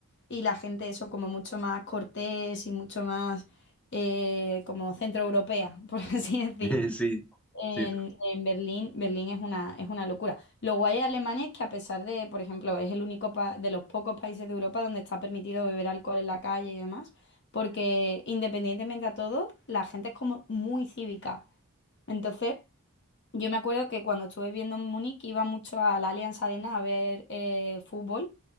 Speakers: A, on the left; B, in the centre.
A: y la gente eso como mucho más cortés y mucho más eh, como centroeuropea, <laughs> por así decir.
B: <laughs> Sí,
A: En,
B: sí,
A: en Berlín, Berlín es una, es una locura. Lo guay de Alemania es que a pesar de, por ejemplo, es el único pa- de los pocos países de Europa donde está permitido beber alcohol en la calle y demás, porque independientemente a todo, la gente es como muy cívica. Entonces, yo me acuerdo que cuando estuve viviendo en Múnich iba mucho a la Allianz Arena a ver eh, fútbol,